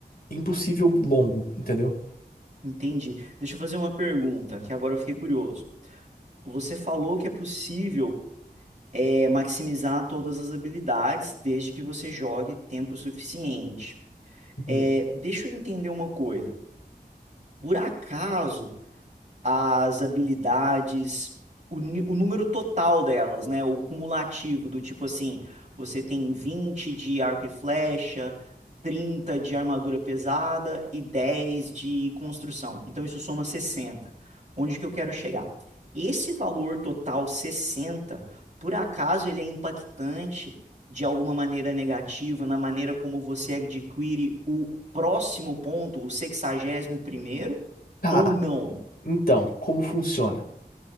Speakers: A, on the left (about 60°); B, on the right (about 45°).
A: impossível longo, entendeu?
B: Entendi. Deixa eu fazer uma pergunta, que agora eu fiquei curioso. Você falou que é possível é, maximizar todas as habilidades desde que você jogue tempo suficiente. É,
A: Uhum.
B: deixa eu entender uma coisa. Por acaso as habilidades, o, ni- o número total delas, né? O cumulativo, do tipo assim, você tem 20 de arco e flecha, 30 de armadura pesada e 10 de construção. Então isso soma 60. Onde que eu quero chegar? Esse valor total 60, por acaso ele é impactante de alguma maneira negativa na maneira como você adquire o próximo ponto, o sexagésimo primeiro,
A: Tá,
B: ou não?
A: então, como funciona?